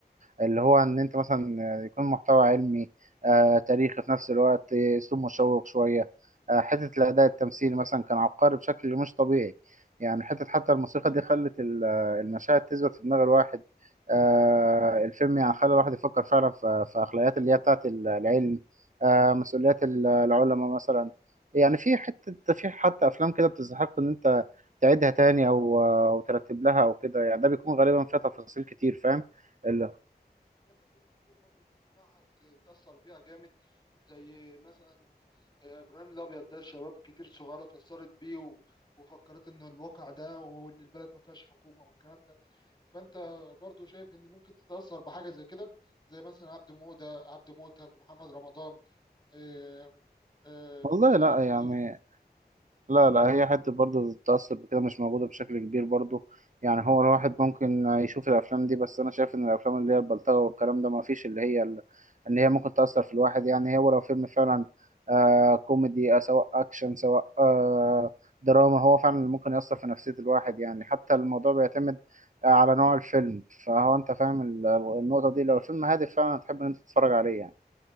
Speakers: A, on the right; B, on the left.
A: اللي هو ان انت مثلا يكون محتوى علمي آه، تاريخي في نفس الوقت آه، اسلوب مشوق شويه آه، حته الاداء التمثيلي مثلا كان عبقري بشكل مش طبيعي يعني حته حتى الموسيقى دي خلت ال- المشاهد تثبت في دماغ الواحد آه، الفيلم يعني خلى الواحد يفكر فعلا في في أخلاقيات اللي هي بتاعت ال- العلم آه، مسؤوليات ال- العلماء مثلا يعني في حتة في حتى أفلام كده بتستحق إن أنت تعيدها تاني أو أو ترتب لها أو كده يعني ده بيكون غالبا فيها تفاصيل كتير فاهم ال-
B: في حاجات كتير برضو بتسمعها بت- بتأثر بيها جامد زي مثلا آه، إبراهيم الأبيض ده شباب كتير صغيرة اتأثرت بيه و- وفكرت إن الواقع ده وإن البلد ما فيهاش حكومة والكلام ده فأنت برضو شايف إن ممكن تتأثر بحاجة زي كده زي مثلا عبد مودة عبد موتة محمد رمضان آه، آه،
A: والله
B: الشريدي
A: لا يعني لا لا هي حتة برضه التأثر بكده مش موجودة بشكل كبير برضه يعني هو الواحد ممكن يشوف الأفلام دي بس أنا شايف إن الأفلام اللي هي البلطجة والكلام ده ما فيش اللي هي ال- إن هي ممكن تأثر في الواحد يعني هو لو فيلم فعلا آه كوميدي آه سواء أكشن سواء آه دراما هو فعلا اللي ممكن يأثر في نفسية الواحد يعني حتى الموضوع بيعتمد آه على نوع الفيلم فهو أنت فاهم ال- النقطة دي لو الفيلم هادف فعلا هتحب إن أنت تتفرج عليه يعني